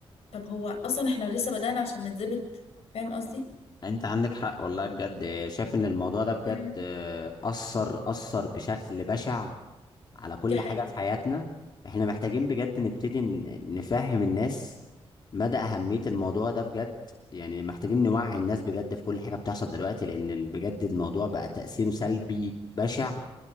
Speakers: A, on the left (about 85°); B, on the left (about 45°).
A: طب هو أصلا احنا لسه بدأنا عشان نتظبط فاهم قصدي؟
B: انت عندك حق والله بجد شايف ان الموضوع ده بجد
A: يعني
B: آه، اثر اثر بشكل بشع على كل
A: دي حقيقة
B: حاجة في حياتنا احنا محتاجين بجد نبتدي ن- نفهم الناس مدى أهمية الموضوع ده بجد يعني محتاجين نوعي الناس بجد في كل حاجة بتحصل دلوقتي لأن ال- بجد الموضوع بقى تأثيره سلبي بشع